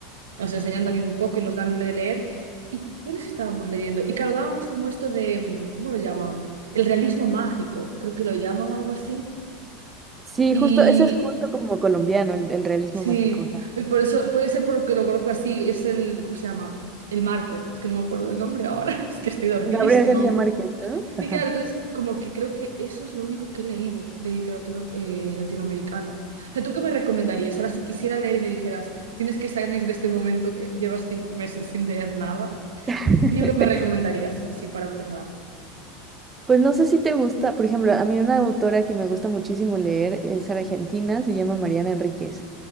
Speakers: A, on the right (about 75°); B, on the right (about 20°).
A: nos enseñan también un poco y nos dan de leer. ¿Y cuáles estábamos leyendo? Y claro, dábamos como esto de, mm, ¿cómo lo llaman? El realismo mágico, creo que lo llaman algo así.
B: Sí,
A: Y
B: justo, ese es justo como colombiano, el, el realismo
A: Sí,
B: mágico. ajá.
A: y por eso puede ser porque lo conozco así, es el, ¿cómo se llama? El Márquez, es que no me acuerdo del nombre ahora, <laughs> es que estoy dormidísima
B: Gabriel García
A: aún.
B: Márquez, ¿no? Ajá.
A: Sí, claro, entonces como que creo que eso es lo único que he leído de literatura eh, latinoamericana. O sea, ¿tú qué me recomendarías? Ahora, si quisiera leer y me dijeras, tienes que salir de este momento que llevas cinco meses sin leer nada,
B: <laughs>
A: ¿qué libro me recomendarías así para empezar?
B: Pues no sé si te gusta, por ejemplo, a mí una autora que me gusta muchísimo leer es argentina, se llama Mariana Enríquez